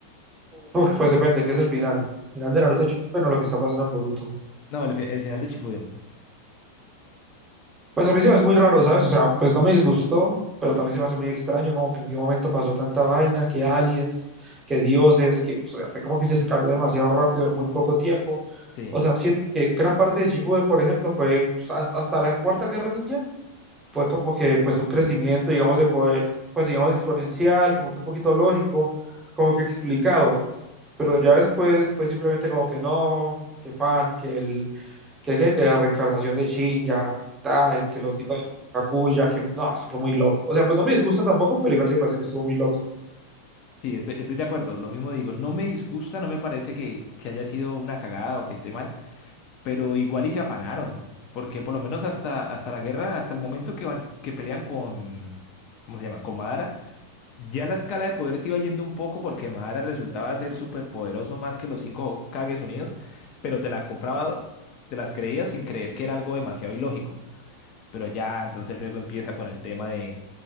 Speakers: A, on the right; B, on the left.
A: Uf, pues depende, ¿qué es el final? Final de Naruto Shippuden bueno, lo que está pasando en Boruto.
B: No, el, fi- el final de Chipuden.
A: Pues a mí se me hace muy raro, ¿sabes? O sea, pues no me disgustó, pero también se me hace muy extraño como que en qué momento pasó tanta vaina, que aliens, que dioses, que, o sea, fue como que se cambió demasiado rápido en muy poco tiempo.
B: Sí.
A: O sea, siento que gran parte de Shippuden, por ejemplo, fue pues, a- hasta la Cuarta Guerra Ninja, fue como que pues un crecimiento, digamos, de poder, pues digamos, exponencial, como que un poquito lógico, como que explicado, pero ya después fue simplemente como que no, que pan, que el, que, que, que la reencarnación de Shin, ya, tal, que los dioses, Kaguya, que no, eso fue muy loco. O sea, pues no me disgusta tampoco, pero igual sí me parece que estuvo muy loco.
B: Sí, estoy, estoy de acuerdo, lo mismo digo, no me disgusta, no me parece que, que haya sido una cagada o que esté mal, pero igual y se afanaron, porque por lo menos hasta, hasta la guerra, hasta el momento que van, que pelean con, ¿cómo se llama? Con Madara, ya la escala de poder se iba yendo un poco porque Madara resultaba ser súper poderoso más que los cinco Kages unidos, pero te la comprabas, te las creías sin creer que era algo demasiado ilógico. Pero ya, entonces luego empieza con el tema de,